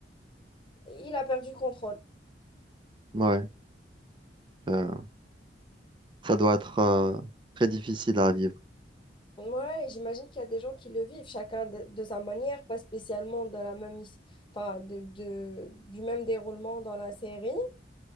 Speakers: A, on the left; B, on the right.
A: il a perdu contrôle.
B: Ouais, euh, ça doit être euh, très difficile à vivre.
A: Ouais, j'imagine qu'il y a des gens qui le vivent, chacun de, de sa manière, pas spécialement de la même, his- enfin, de, de- du même déroulement dans la série.